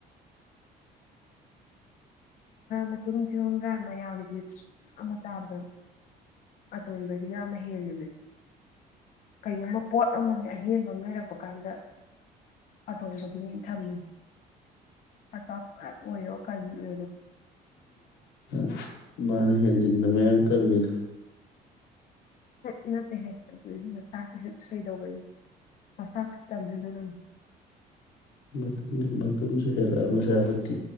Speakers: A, on the left; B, on the left.
A: ꯃꯇꯨꯡꯁꯤꯔꯣꯝꯗ ꯃꯌꯥꯝꯒꯤꯗꯤ ꯑꯃ ꯆꯥꯕꯗ ꯑꯇꯣꯡꯕꯗꯒꯤꯅ ꯑꯃ ꯍꯦꯟꯜꯂꯤꯃꯦ ꯀꯩꯒꯨꯝꯕ ꯄꯣꯠ ꯑꯃ ꯑꯍꯦꯟꯕ ꯑꯃ ꯂꯩꯔꯛꯄ ꯀꯥꯟꯗ ꯑꯇꯣꯡꯕꯗꯨꯅꯦ ꯊꯝꯃꯤ ꯑꯇꯥ ꯑꯣꯏꯣ ꯀꯒꯤ ꯎ
B: ꯍ ꯃꯥꯅ ꯍꯦꯟꯖꯤꯟꯅ ꯃꯌꯥꯡ ꯀꯪꯉꯤꯗꯨ
A: ꯎ ꯅꯠꯇꯦ ꯍꯦꯛꯇ ꯃꯁꯥ ꯍꯦꯛ ꯁꯩꯗꯧꯕꯅꯤ ꯃꯁꯥ ꯐꯠꯇꯕꯅꯤꯅ ꯅꯪ
B: ꯃꯇꯨꯡ ꯃꯇꯨꯡꯨꯝꯁꯨ ꯍꯦꯜꯂꯛ ꯑꯃ ꯁꯥꯕꯠꯇꯤ